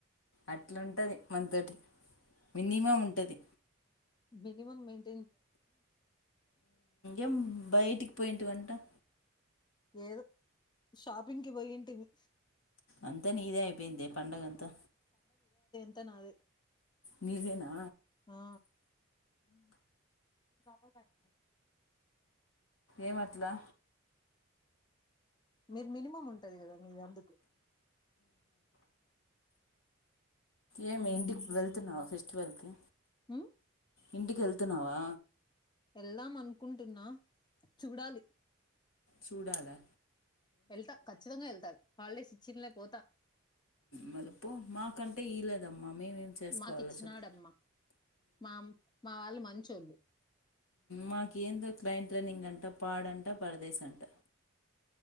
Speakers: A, on the left; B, on the left.
A: అట్లా ఉంటది మనతోటి మినిమం ఉంటది.
B: Minimum man.
A: ఏం బయటికి పోయింటి వంట. అట్ట
B: ఏదో షాపింగ్ కి పోయింటిమి.
A: అంతా నీదే అయిపోయిందే పండగ అంతా.
B: అంత నాదే.
A: నీదేనా.
B: ఆ డబుల్ గన్.
A: ఏమట్లా.
B: మీరు మినిమం ఉంటది కదా మీరు అందుకు.
A: ఏమి ఇంటికి వెల్. పోతున్నావా ఫెస్టివల్ కి.
B: ఉమ్
A: ఇంటికి వెళ్తున్నావా.
B: వెళ్దాం అనుకుంటున్నా. చూడాలి.
A: చూడాలే.
B: వెళ్తా ఖచ్చితంగా వెళ్తా హాలుడేస్. ఇచ్చినలే పోతా
A: మళ్ళపో మాకంటే ఇయలేదమ్మా మేమేం చేసుకోవాలో
B: మాకు ఇచ్చినాడమ్మ
A: చెప్పు
B: మామ్ మా వాళ్ళు మంచోళ్ళు.
A: మాకు ఏందో క్రైమ్ ట్రైనింగ్ అంట పాడంట పరదేశ అంట